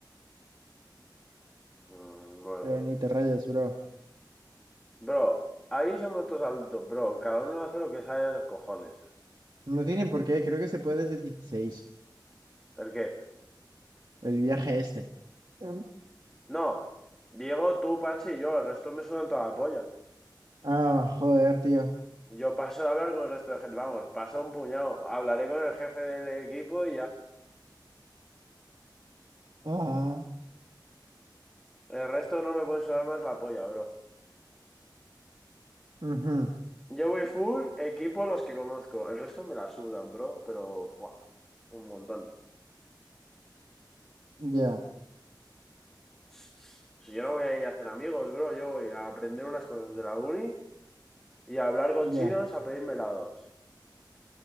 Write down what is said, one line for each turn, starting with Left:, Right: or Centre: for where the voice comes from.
Centre: Mm, bueno,
Right: Pero
Centre: bro.
Right: ni te rayas, bro.
Centre: Bro, ahí somos todos adultos, bro. Cada uno hace lo que sale de los cojones.
Right: No tiene por qué, creo que se puede desde 16.
Centre: ¿El qué?
Right: El viaje este. Mm.
Centre: No. Diego, tú, Panchi y yo, el resto me sudan toda la polla.
Right: Ah, joder, tío.
Centre: Yo paso de hablar con el resto de gente, vamos, paso un puñado. Hablaré con el jefe del equipo y ya.
Right: Ah,
Centre: El resto no me puede sudar más la polla, bro.
Right: ujú.
Centre: Yo voy full equipo los que conozco. El resto me la sudan, bro, pero buah, un montón.
Right: Ya,
Centre: Si yo no voy a ir a hacer amigos, bro, yo voy a aprender unas cosas de la uni y a hablar con chinos
Right: ya.
Centre: a pedirme helados.